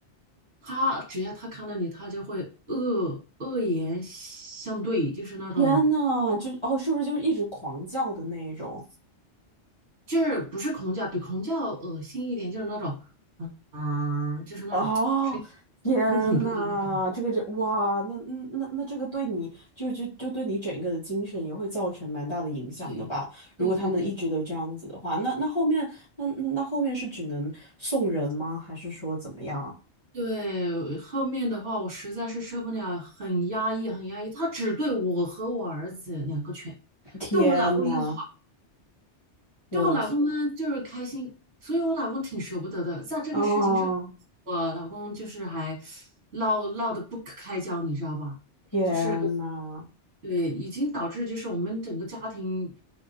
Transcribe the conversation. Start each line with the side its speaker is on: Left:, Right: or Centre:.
Right: 它只要它看到你，它就会恶恶言相对，就是那种。
Left: 天呐，就哦，是不是就是一直狂叫的那一种？
Right: 就是不是恐叫，比恐叫恶心一点，就是那种，嗯、就是那种声音很恐怖的那种。
Left: 哦，天呐，这个这哇，那那那那这个对你就就就对你整个的精神也会造成蛮大的影响的吧？
Right: 对，对对对
Left: 如果他们一直都这样子的话，那那后面那那那后面是只能送人吗？还是说怎么样？
Right: 对，后面的话我实在是受不了，很压抑，很压抑。他只对我和我儿子两个犬，
Left: 天呐，
Right: 对我老公也好，
Left: 我的天，
Right: 对我老公呢就是开心，所以我老公挺舍不得的。在这个事情上，
Left: 哦，
Right: 我老公就是还闹闹得不可开交，你知道吧？
Left: 天呐，
Right: 就是。对，已经导致就是我们整个家庭，